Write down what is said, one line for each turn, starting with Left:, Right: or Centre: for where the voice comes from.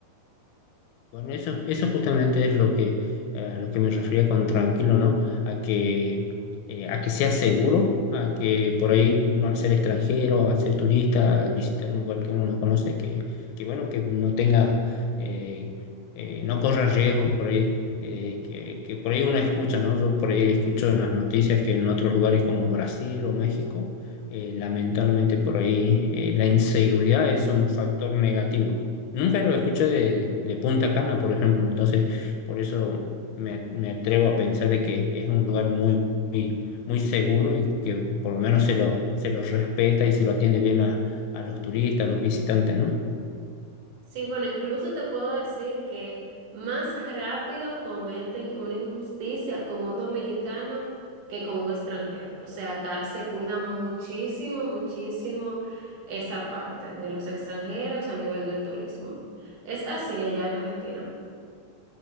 Left: Bueno, eso, eso justamente es lo que, eh, lo que me refería con tranquilo, ¿no? A que, eh, a que sea seguro, a que por ahí uno al ser extranjero, al ser turista, al visitar un lugar que uno no conoce, que, que bueno, que no tenga, eh, eh, no corra riesgos por ahí, eh, que, que por ahí uno escucha, ¿no? Yo por ahí escucho en las noticias que en otros lugares como Brasil o México, eh, lamentablemente por ahí eh, la inseguridad es un factor negativo Nunca lo escuché de, de Punta Cana, por ejemplo, entonces por eso me, me atrevo a pensar de que es un lugar muy, muy, muy seguro y que por lo menos se lo, se lo respeta y se lo atiende bien a, a los turistas, a los visitantes, ¿no?
Right: Sí, bueno, incluso te puedo decir que más rápido cometen una injusticia con un dominicano que con un extranjero. O sea, acá se cuida muchísimo, muchísimo esa parte de los extranjeros a nivel del turismo. Es así allá en Argentina.